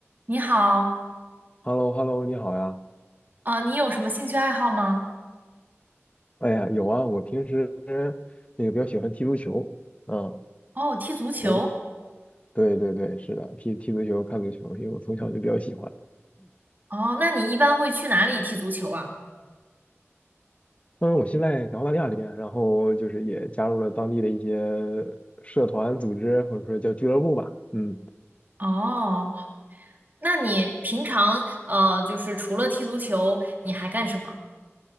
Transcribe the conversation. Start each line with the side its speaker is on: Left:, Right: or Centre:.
Right: 你好，
Left: h e l l o h e l l o 你好呀。
Right: 啊、你有什么兴趣爱好吗？
Left: 哎呀，有啊，我平时那个比较喜欢踢足球，嗯，
Right: 哦，踢足球。
Left: 还是对对对，是的，踢踢足球、看足球，因为我从小就比较喜欢。
Right: 哦，那你一般会去哪里踢足球啊？
Left: 嗯，我现在在澳大利亚这边，然后就是也加入了当地的一些社团组织，或者说叫俱乐部吧。嗯，
Right: 哦，那你平常呃，就是除了踢足球，你还干什么？